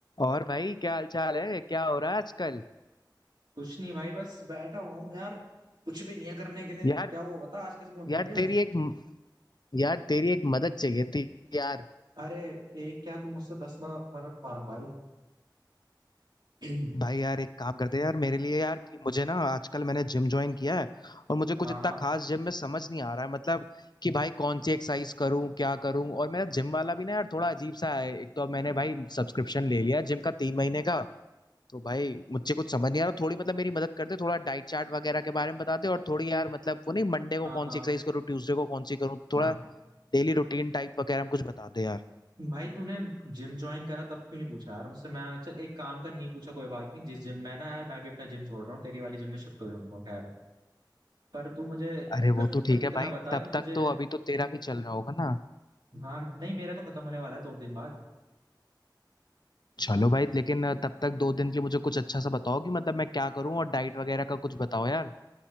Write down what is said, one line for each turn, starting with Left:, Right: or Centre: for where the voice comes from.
Left: और भाई क्या हाल चाल है क्या हो रहा है आजकल
Right: कुछ नहीं भाई बस बैठा हुआ हूँ यार कुछ भी नहीं है करने के लिए
Left: यार
Right: क्या हुआ बता आज कैसे फोन कर
Left: यार
Right: दिया
Left: तेरी एक यार तेरी एक मदद चाहिए थी यार
Right: अरे एक क्या तू मुझसे दस म- मदद मांग भाई <clears throat>
Left: भाई यार एक काम करते हैं यार मेरे लिए यार कि मुझे ना आजकल मैंने जिम ज्वाइन किया है और मुझे कुछ
Right: हाँ
Left: इतना
Right: हाँ
Left: खास जिम में समझ नहीं आ रहा है मतलब कि भाई कौन सी एक्सरसाइज करूं क्या करूं और मेरा जिम वाला भी ना यार थोड़ा अजीब सा है एक तो अब मैंने भाई सब्सक्रिप्शन ले लिया है जिम का तीन महीने का तो भाई मुझे कुछ समझ नहीं आ रहा थोड़ी मतलब मेरी मदद करते थोड़ा डाइट चार्ट वगैरह के बारे में बताते और थोड़ी यार मतलब वो नहीं मंडे को
Right: हाँ
Left: कौन सी एक्सरसाइज करूँ ट्यूसडे को कौन सी करूँ थोड़ा
Right: हाँ
Left: डेली रूटीन टाइप वगैरह में कुछ बता दे यार
Right: भाई तूने जिम ज्वाइन करा तब क्यों नहीं पूछा यार मुझसे मैं चल एक काम कर नहीं पूछा कोई बात नहीं जिस जिम में है ना यार मैं भी अपना जिम छोड़ रहा हूँ तेरी वाली जिम में शिफ्ट हो जाऊंगा खैर पर तू मुझे
Left: अरे
Right: <clears throat>
Left: वो तो ठीक
Right: इतना
Left: है भाई
Right: बता
Left: तब
Right: कि तुझे
Left: तक तो अभी तो तेरा भी चल रहा होगा ना
Right: हाँ नहीं मेरा तो खत्म होने वाला है दो दिन बाद
Left: चलो भाई लेकिन अ, तब तक दो दिन के लिए मुझे कुछ अच्छा सा बताओ कि मतलब मैं क्या करूं और डाइट वगैरह का कुछ बताओ यार